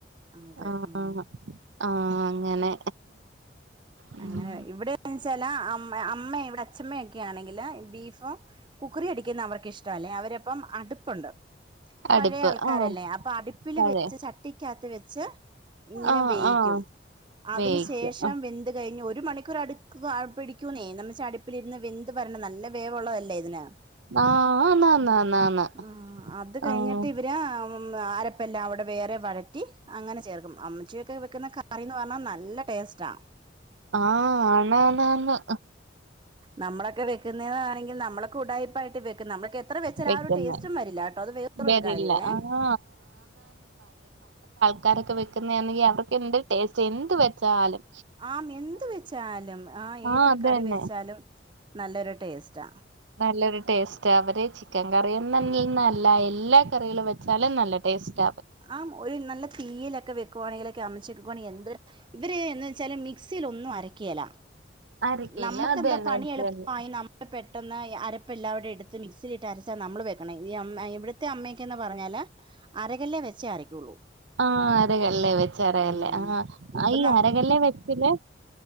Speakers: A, on the right; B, on the right.
A: അതെ
B: ആ
A: ഉം
B: ആ ആഹ് അങ്ങനെ ഉം
A: അങ്ങനെ ഇവിടെന്ന്ച്ചാ അമ്മ ഇവിടെ അച്ഛമ്മയൊക്കെ ആണെങ്കില് ബീഫും കുക്കറി അടിക്കുന്ന അവർക്ക് ഇഷ്ട അല്ലേ അവരപ്പം അടുപ്പുണ്ട്
B: അടുപ്പ്
A: പഴയ ആൾക്കാരല്ലേ
B: ആഹ്
A: അപ്പൊ അടുപ്പില്
B: പഴയ
A: വെച്ച് ചട്ടിക്കാത്ത് വെച്ച് <unintelligible> ഇങ്ങനെ
B: ആഹ്
A: വേയിക്കും
B: ആഹ്
A: അതിന്
B: വേവിക്കും
A: ശേഷം ഒരു മണിക്കൂർ അടു പിടിക്കൂുന്നേ നമ്മടുപ്പിലിരുന്ന് ന്ത് പറന് നല്ല വേവുള്ളതല്ലേ ഇതിന്
B: ആഹ് ആന്ന് ആന്ന് ആന്ന് ആന്ന്
A: അ അത് കഴിഞ്ഞിട്ട്
B: ആഹ്
A: ഇവര് എം അരപ്പല്ല അവിടെ വേറെ വഴറ്റി അങ്ങനെ ചേർക്കും അമ്മച്ചിയൊക്കെ വെക്കുന്ന കറിന്ന് പറഞ്ഞാൽ നല്ല ടേസ്റ്റാണ്
B: ആഹ് ആണാന്നാന്ന്
A: നമ്മളൊക്കെ വെക്കുന്നതാണെങ്കിൽ നമ്മളെ ഉടായിപ്പായിട്ട് വെക്കുന്ന നമ്മക്ക് എത്ര വെച്ചാലും
B: വെക്കുന്ന
A: ആ ഒരു ടേസ്റ്റും വരില്ലട്ടോ അത് വേറൊരു
B: വരില്ല.
A: കാര്യമേ
B: ആഹ് ക്കാരൊക്കെ വെക്കുന്നെയാണെങ്കിൽ അതെക്കേ എന്ത് ടേസ്റ്റ് എന്ത് വെച്ചാലും
A: ആ എന്ത് വെച്ചാലും ആ
B: ആഹ്
A: ഏതൊരു
B: അത്
A: കറി
B: തന്നെ
A: വെച്ചാലും നല്ലൊരു ടേസ്റ്റാ
B: നല്ലൊരു ടേസ്റ്റ് അവര് ചിക്കൻ കറിയൊന്നങ്ങിനല്ല എല്ലാ കറികൾ വെച്ചാലും നല്ല ടേസ്റ്റ
A: ആ ഒരു നല്ല തീയിലൊക്കെ വെക്കുവാണെങ്കിൽ <unintelligible> <unintelligible> എന്തൊരു ഇവര് എന്ന് വച്ചാല് മിക്സിയിൽ ഒന്നും അരക്കിയല
B: അരക്കയില്ല
A: നമ്മുക്കെന്താ
B: അത് തന്നെ
A: പണി
B: അത്
A: എളുപ്പമായി
B: തന്നെ
A: നമ്മ പെട്ടെന്ന് അരപ്പ് എല്ലാംകൂടി എടുത്ത് മിക്സിലിട്ട് അരച്ച നമ്മള് വെക്കണം ഈ അമ്മ ഇവിടത്തെ അമ്മക്കെന്ന് പറഞ്ഞാൽ അരകല്ലെ വെച്ചേ അരക്കുള്ളൂ
B: ആ അരകല്ലേ വെച്ച അരകല്ലേ
A: ഉം
B: ആ
A: ഇപ്പൊ
B: ഈ അരകല്ലേ വെച്ചില്ലേ